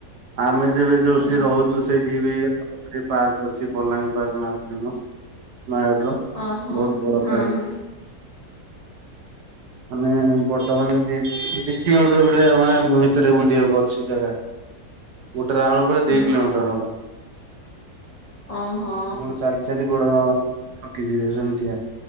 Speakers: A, on the right; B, on the left.
A: ଆମେ ଯେବେ ଯୋଉ
B: ହୁଁ
A: ସେରହୁଚୁ
B: ହୁଁ
A: ସେଇଠିବି ଏ ପାର୍କ ଅଛି ବଲାଙ୍ଗୀର ପାର୍କ ନାଁ ଫେମସ୍ ନୟାଗଡ଼ର।
B: ଓହୋ
A: ବହୁତ ବଡ
B: ହଁ
A: ପାର୍କ
B: ହଁ।
A: ମାନେ ବର୍ତ୍ତମାନ ଦି ଦି କିଲୋମିଟର୍ ଭଲ ମାନେ ଭିତରେ ବୁଲିିବାକୁ ଅଛି ଜାଗା।
B: <inaudible>
A: ଗୋଟେ ରାଉଣ୍ଡ ପୁରା ଦି
B: ଅ ହଁ
A: କିଲୋମିଟର୍ ହବ ଆପଣ
B: ଓହୋ
A: ଚାଲି ଚାଲି ଚାଲି ଗୋଡ଼ ଥକି ଯିବେ ସେମିତିଆ